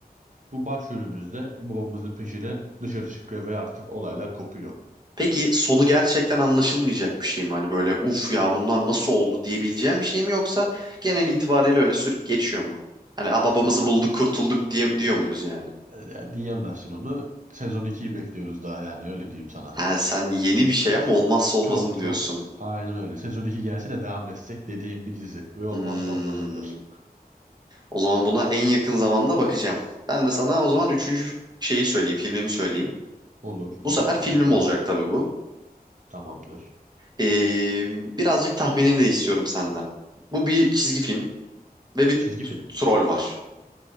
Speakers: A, on the right; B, on the right.
A: Bu başrolümüzde babamızın peşine dışarı çıkıyor ve artık olaylar kopuyor.
B: Peki sonu gerçekten anlaşılmayacak bir şey mi? Hani böyle uf ya bunlar nasıl oldu diyebileceğim bir şey mi yoksa genel itibariyle öyle sürüp geçiyor mu? Hani "Aa, babamızı
A: Ya,
B: bulduk kurtulduk diye diyor muyuz yani?
A: ya diyemezsin onu. Sezon ikiyi bekliyoruz daha yani öyle diyeyim sana.
B: Ha, sen yeni bir şey ama olmazsa olmazım
A: Çok çok.
B: diyorsun.
A: Aynen öyle. Sezon 2 gelse de devam etsek dediğim bir dizi ve olmazsa
B: Hmm,
A: olmazımdır.
B: o zaman buna en yakın zamanda bakacağım. Ben de sana o zaman üçüncü şeyi söyleyeyim, filmimi söyleyeyim.
A: Olur olur
B: Bu sefer filmim
A: dinliyorum.
B: olacak tabii bu.
A: Tamamdır.
B: Ee, birazcık tahminini de istiyorum senden. Bu bir çizgi film ve bir t-
A: Çizgi film.
B: troll var.